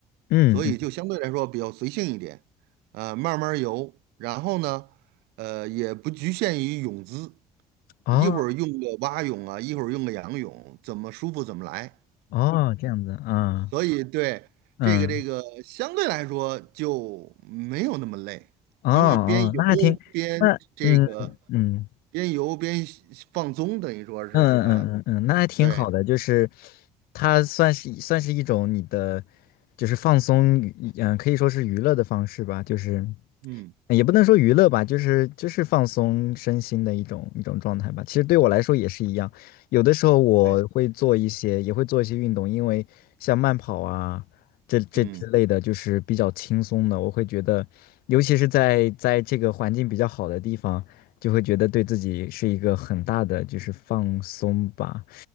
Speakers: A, on the left (about 70°); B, on the right (about 80°).
A: 嗯嗯，
B: 所以就相对来说比较随性一点，呃，慢慢儿游。然后呢，呃，也不局限于泳姿，
A: 哦
B: 一会儿用个蛙泳啊，一会儿用个仰泳，怎么舒服怎么来。
A: 哦，这样子啊，
B: 所以对这个这个相对来说就没有那么累，
A: 嗯哦哦，
B: 因为边游
A: 那还挺，
B: 边这个。
A: 那嗯嗯。
B: 边游边放松，等于说是啊，
A: 嗯嗯嗯嗯，那还挺好的，
B: 对，
A: 就是它算是算是一种你的，就是放松娱嗯，可以说是娱乐的方式吧，就是。
B: 嗯，
A: 也不能说娱乐吧，就是就是放松身心的一种一种状态吧。其实对我来说也是一样，有的时候我会做一些，
B: 对，
A: 也会做一些运动，因为像慢跑啊，这这之类的，
B: 嗯
A: 就是比较轻松的。我会觉得，尤其是在在这个环境比较好的地方，就会觉得对自己是一个很大的就是放松吧。